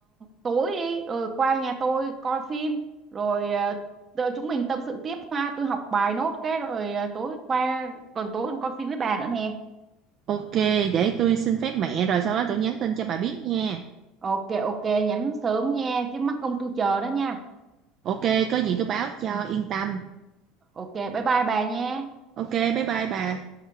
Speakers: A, on the right (about 25°); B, on the right (about 40°).
A: tối đi rồi qua nhà tôi coi phim rồi ờ, rồi chúng mình tâm sự tiếp ha tôi học bài nốt cái rồi ờ, tối qua còn tối coi phim với bà nữa nè
B: ok để tôi xin phép mẹ rồi sau đó tôi nhắn tin cho bà biết nha
A: ok ok nhắn sớm nha chứ mắc công tôi chờ đó nha
B: ok có gì tôi báo cho
A: ừ.
B: yên tâm
A: ok bye bye bà nha
B: ok bye bye bà